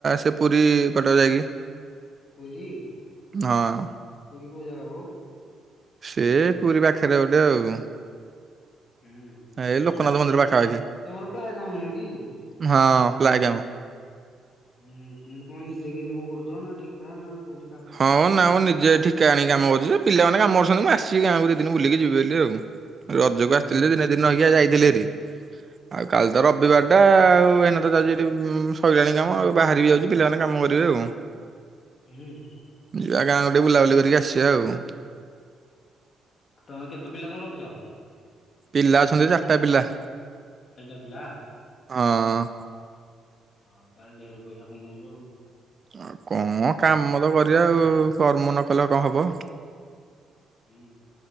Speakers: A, on the right (about 40°); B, on the left (about 50°).
A: ସେ ପୁରୀ ପଟ ଯାଇକି
B: ପୁରି?
A: ହଁ।
B: ପୁରୀ କୋଉ ଜାଗା ବୋ?
A: ସେ ପୁରୀ ପାଖରେ ଗୋଟେ ଆଉ।
B: ହୁଁ
A: ଏଇ ଲୋକନାଥ
B: କୋଉ ଗାଁ
A: ମନ୍ଦିର ପାଖାପାଖି
B: ତମର ପ୍ଲାୟ ଯାଉନାହିଁକି?
A: ହଁ ପ୍ଲାୟ କାମ।
B: ହୁଁ କଣ ନିଜେ କେମିତି କଣ କରୁଛ ନା ଠିକା ନା କଉଠି?
A: ହଁ ମ ନାଁ ମ ନିଜେ ଏଠି କା ଆଣିକି କାମ କରୁଛି ଯେ ପିଲାମାନେ କାମ କରୁଛନ୍ତି ମୁଁ ଆସିବି କାମ ଦି ଦିନି ବୁଲିକି ଯିବି ବୋଲି ଆଉ ରଜକୁ
B: ହୁଁ
A: ଆସିଥିଲି ଦିନ ରହିକି ଯାଇଥିଲି ହେରି। ଆଉ କାଲି ତ ରବିବାର ଟା ଆଉ ଏନା ତ ଯାଉଚି ସଇଲାଣି କାମ ଆଉ ବାହାରିିବି ଯାଉ ପିଲାମାନେ କାମ କରିବେ ଆଉ।
B: ହୁଁ।
A: ଯିବା ଗାଁ କୁ ଟିକେ ବୁଲାବୁଲି କରିକି ଆସିବା ଆଉ।
B: ତମେ କେତେ ପିଲାଙ୍କୁ ରଖୁଛ?
A: ପିଲା ଅଛନ୍ତି ଚାରିଟା ପିଲା।
B: <unintelligible> ଟା ପିଲା।
A: ହଁ।
B: ହଁ ତାହେଲେ ଢେର ପଇସା କମଉଛ ଆଉ।
A: ଆଉ କଣ କାମ ତ କରିବା ଆଉ କର୍ମ ନ କଲେ କଣ ହବ?
B: ହୁଁ